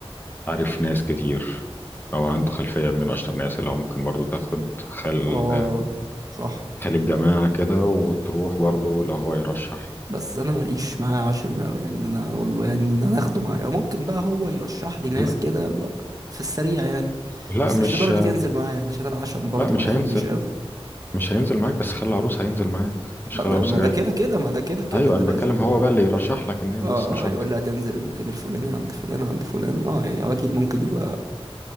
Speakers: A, on the left; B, on the right.
A: عارف ناس كتير أو عنده خلفية من أشطر ناس اللي هو ممكن برضه تاخد خل
B: آه صح
A: خلي الجماعة كده وتروح برضو لو هو يرشح
B: بس انا ماليش معاه عشم اوي ان انا اقول له يعني ان انا اخده معايا أو ممكن بقى هو يرشح لي ناس
A: لا
B: كده لا، في السريع يعني
A: لا
B: بس
A: مش
B: مش لدرجة ينزل معايا يعني عشان العشم برضه
A: لا مش
B: ما ياخدنيش
A: هينزل
B: قوي
A: مش هينزل معاك بس خلي العروس هينزل معاك مش
B: ما
A: خلي
B: ده
A: العروسة
B: ما ده
A: جاي
B: كده كده ما ده كده كده
A: ايوه
B: ده
A: انا
B: لازم
A: بتكلم هو
B: اه
A: بقى اللي يرشح لك الناس
B: اه
A: بس مش
B: آه،
A: اكتر
B: يقول لي هتنزل المكان الفلاني عند فلان عند فلان اه يعني هو اكيد ممكن يبقى